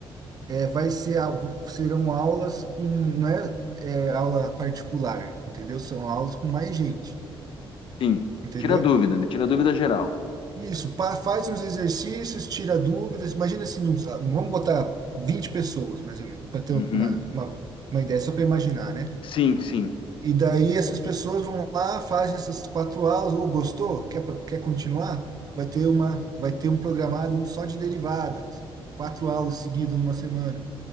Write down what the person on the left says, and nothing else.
Sim.
Tira dúvida, né? Tira dúvida geral.
Uhum.
Sim, sim.